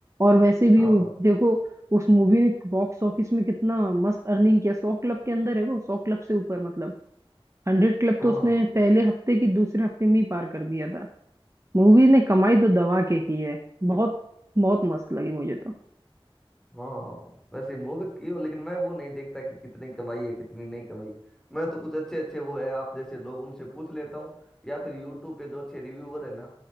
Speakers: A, on the right; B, in the centre.
A: और वैसे भी
B: हाँ
A: वो देखो उस मूवी ने बॉक्स ऑफिस में कितना मस्त अर्निंग किया सौ क्लब के अंदर है वो सौ क्लब से ऊपर मतलब हंड्रेड क्लब
B: हाँ
A: तो उसने पहले हफ्ते की दूसरे हफ्ते में ही पार कर दिया था मूवी ने कमाई तो दबा के की है बहुत बहुत मस्त लगी मुझे तो
B: हाँ वैसे वो भी की हो लेकिन मैं वो नहीं देखता कि कितनी कमाई है कितनी नहीं कमाई मैं तो कुछ अच्छे अच्छे वो है आप जैसे लोग उनसे पूछ लेता हूँ या फिर यूट्यूब पे जो अच्छे रिव्यूअर है ना